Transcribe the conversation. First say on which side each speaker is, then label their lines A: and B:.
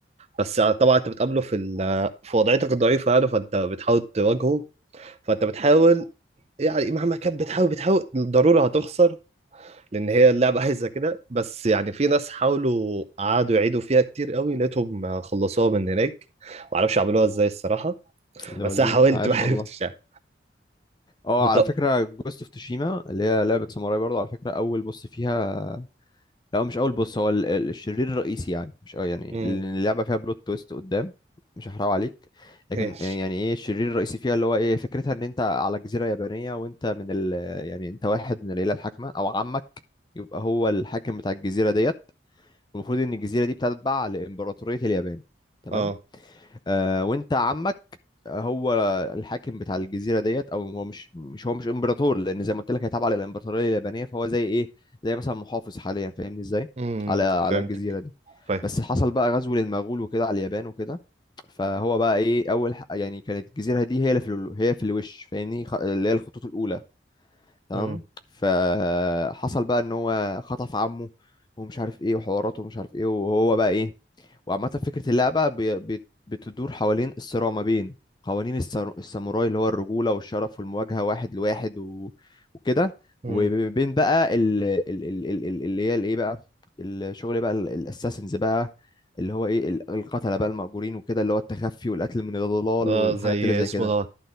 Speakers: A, on the right (about 35°); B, on the left (about 20°).
A: بس طبعا انت بتقابله في ال- في وضعيتك الضعيفه يعني فانت بتحاول تواجهه فانت بتحاول يعني مهما كان بتحاول بتحاول الضروره هتخسر لان هي اللعبه عايزه كده بس يعني في ناس حاولوا قعدوا يعيدوا فيها كتير قوي لقيتهم خلصوها من هناك معرفش عملوها ازاي الصراحه
B: لول
A: بس انا حاولت
B: عاش
A: ما عرفتش
B: والله
A: يعني
B: اه
A: وط-
B: على فكرة جوست اوف توشيما اللي هي لعبة ساموراي برضه على فكرة أول بوس فيها لا هو مش اول بص هو ال- ال- الشرير الرئيسي يعني مش اه يعني
A: امم
B: اللي اللعبه فيها بلوت تويست قدام مش هحرقه عليك لكن
A: ايش
B: آه، يعني ايه الشرير الرئيسي فيها اللي هو ايه فكرتها ان انت على جزيره يابانيه وانت من ال يعني انت واحد من العيله الحاكمه او عمك يبقى هو الحاكم بتاع الجزيره ديت والمفروض ان الجزيره دي بتتبع لامبراطوريه اليابان تمام
A: اه
B: آه وانت عمك هو الحاكم بتاع الجزيره ديت او هو مش مش هو مش امبراطور لان زي ما قلت لك هي تابعه للامبراطوريه اليابانيه فهو زي ايه زي مثلا محافظ حاليا فاهمني ازاي
A: امم
B: على على
A: فهمتك
B: الجزيره دي
A: فاهم
B: بس حصل بقى غزو للمغول وكده على اليابان وكده فهو بقى ايه اول ح- يعني كانت الجزيره دي هي اللي في ال- هي في الوش فاهمني خ- اللي هي الخطوط الاولى تمام
A: امم
B: فحصل بقى ان هو خطف عمه ومش عارف ايه وحواراته ومش عارف ايه وهو بقى ايه وعامة فكرة اللعبة بي- بي- بتدور حوالين الصراع ما بين قوانين السر- الساموراي اللي هو الرجولة والشرف والمواجهة واحد لواحد و... وكده
A: امم
B: وبين بقى ال... ال... ال... ال... ال- اللي هي الايه بقى الشغل بقى ال- الاساسنز بقى اللي هو ايه ال- القتلة بقى المأجورين وكده اللي هو التخفي والقتل من الضلال
A: اه
B: والحاجات
A: زي
B: اللي زي
A: اسمه
B: كده
A: دوت